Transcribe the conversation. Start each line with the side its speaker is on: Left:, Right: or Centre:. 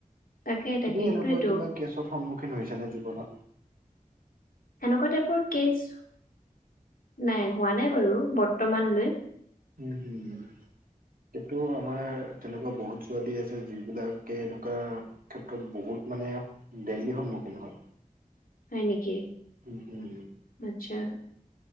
Left: তাকে তাকে
Right: তুমি এনেকুৱা
Left: সেইটোয়েতো
Right: কিবা কেছত সন্মুখীন হৈছানে জীৱনত?
Left: হেনেকুৱা টাইপৰ কেচ, নাই, হোৱা নাই বাৰু বৰ্তমানলৈ।
Right: হম হুম। এইটো আমাৰ তেনেকুৱা বহুত ছোৱালী আছে যিবিলাকে এনেকুৱা। ক্ষেত্ৰত বহুত মানে ডেইলি সন্মুখীন হয়।
Left: হয় নেকি?
Right: হুম হুম।
Left: আচ্ছা।